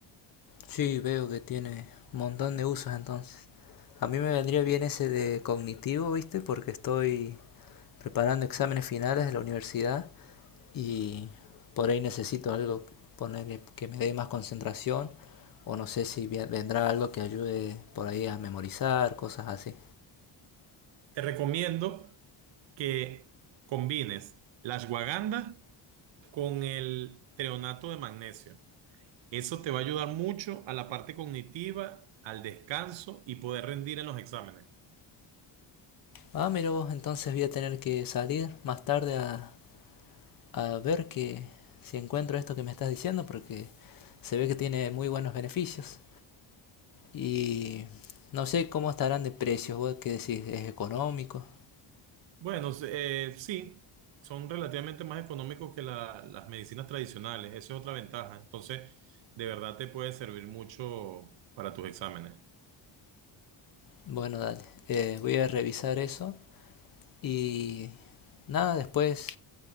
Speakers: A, on the left; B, on the right.
A: Sí, veo que tiene un montón de usos entonces. A mí me vendría bien ese de cognitivo, ¿viste? Porque estoy preparando exámenes finales de la universidad y por ahí necesito algo ponerle que me dé más concentración O no sé si vendrá algo que ayude por ahí a memorizar, cosas así.
B: te recomiendo que combines la ashwagandha con el treonato de magnesio. Eso te va a ayudar mucho a la parte cognitiva, al descanso y poder rendir en los exámenes.
A: Ah, mira vos, entonces voy a tener que salir más tarde a, a ver que si encuentro esto que me estás diciendo porque se ve que tiene muy buenos beneficios. Y no sé cómo estarán de precios, vos qué decís, es económico.
B: Bueno, eh, sí, son relativamente más económicos que la- las medicinas tradicionales. Esa es otra ventaja. Entonces, de verdad te puede servir mucho para tus exámenes.
A: Bueno, dale, eh, voy a revisar eso y nada, después